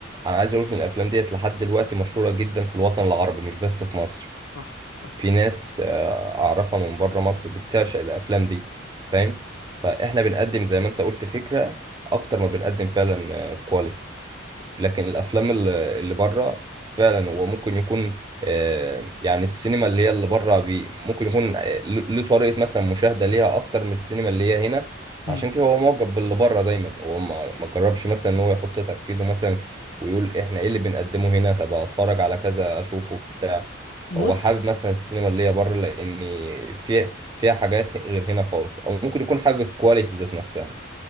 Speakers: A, on the right; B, on the left.
A: أنا عايز أقول لك إن الأفلام ديت لحد دلوقتي مشهورة جدا في الوطن العربي مش بس في مصر
B: صح صح
A: في ناس آه، أعرفها من بره مصر بتعشق الأفلام دي فاهم فإحنا بنقدم زي ما أنت قلت فكرة أكتر ما بنقدم فعلا كواليتي لكن الافلام اللي اللي بره فعلا هو ممكن يكون آه، يعني السينما اللي هي اللي بره بي ممكن يكون آه، له له طريقه مثلا مشاهده ليها اكتر من السينما اللي هي هنا
B: مم.
A: عشان كده هو معجب باللي بره دايما هو ما ما جربش مثلا ان هو يحط تركيزه مثلا ويقول احنا ايه اللي بنقدمه هنا طب اتفرج على كذا اشوفه بتاع
B: بص
A: هو حابب مثلا السينما اللي هي بره لان فيها فيها حاجات غير هنا خالص او ممكن يكون حابب الكواليتي ذات نفسها